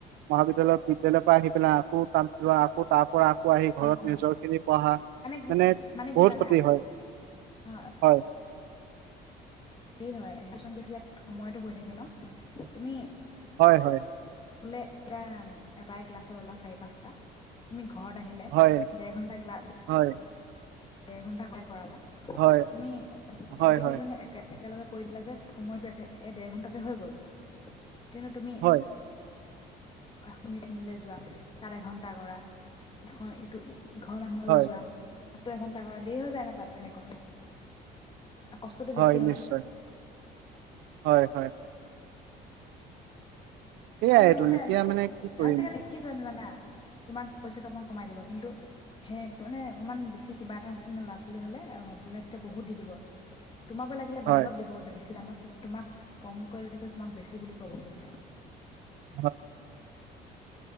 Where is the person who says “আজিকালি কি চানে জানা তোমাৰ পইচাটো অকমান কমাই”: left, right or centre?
Left